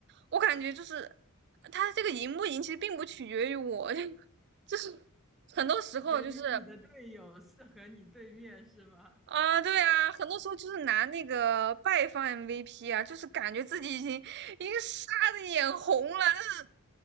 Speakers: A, on the right; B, in the centre.
A: 我感觉就是它这个赢不赢，其实并不取决于我，<laughs> 就是很多时候就是
B: 取决于你的队友是和你对面是吗？
A: 啊，对啊，很多时候就是拿那个败方 MVP 啊，就是感觉自己已经已经杀的眼红了，但是